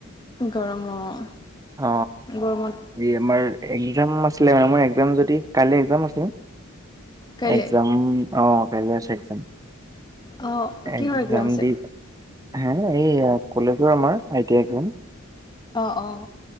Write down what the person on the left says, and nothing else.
গৰম অ',
গৰমত
কাইলৈ
অ', কিহৰ
এক্সাম আছে?
অ অ